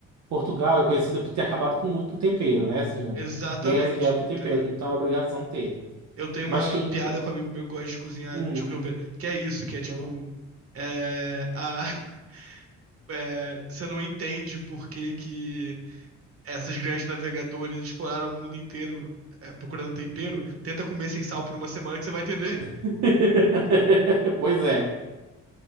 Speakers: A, on the right; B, on the right.
A: Portugal é conhecida por ter acabado com o mundo por tempero, né? Assim,
B: Exatamente,
A: guerras e guerras por
B: entendeu?
A: tempero. Então é obrigação ter.
B: Eu tenho
A: Mas
B: uma
A: tem.
B: piada com um amigo meu que gosta de cozinhar.
A: Hum,
B: Desculpa, que é isso, que é tipo.
A: eu não.
B: É, a, <laughs> é, você não entende por que que Essas grandes navegadoras exploraram o mundo inteiro é, procurando tempero. Tenta comer sem sal por uma semana que você vai entender.
A: <laughs> Pois é.